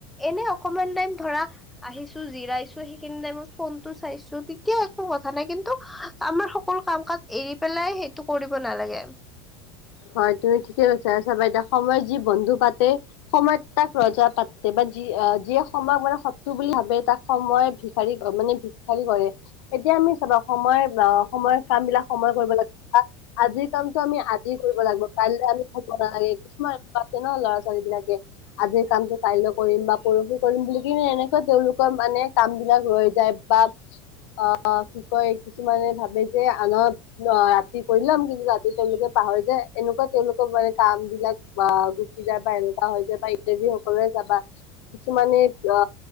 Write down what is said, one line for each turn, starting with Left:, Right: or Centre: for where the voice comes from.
Centre: এনে আ অকমান টাইম ধৰা আহিছো জিৰাইছ চো সেইখিনি টাইমত ফোনটো চাইছো তেতিয়া একো কথা নাই কিন্তু আমাৰ সকলো কাম কাজ এৰি পেলাই সেই টো কৰিব নালাগে
Left: হয় তুমি ঠিকে কৈছা চাবা এতিয়া সময়ত যি বন্ধু পাতে সময়ত তাক ৰজা পাতে বা যি যিয়ে সময়ক মানে শত্ৰু বুলি ভাবে তাক সময়ে ভিক্ষাৰী ক মানে ভিক্ষাৰী কৰে এতিয়া আমি চাবা সময় বা সময়ৰ কাম বিলাক সময়ত কৰিব লাগে বা আজিৰ কামটো আমি আ জি কৰিব লাগিব কাইলে আমি থ'ব নালাগে কিছুমান আছে ন ল'ৰা ছোৱালী বিলাকে আজিৰ কামটো কাইলৈ কৰিম বা পৰহি কৰিম বুলি কিনে এনেকে তেওলোকৰ মানে কাম বিলাক ৰৈ যায় বাত অ কি কয় কিছুমানে ভাবে যে আনৰ নহ ৰাতি কৰি ল'ম কিন্তু ৰাতি তেওঁলোকে পাহৰি যায় এনেকুৱা তেওঁলোকৰ মানে কাম বিলাক বা গুচি যায় বা এনেকুৱা পা হৈ যায় বা ইণ্টাৰ্ভিউ সকলোৱে যাবা কিছুমানে অ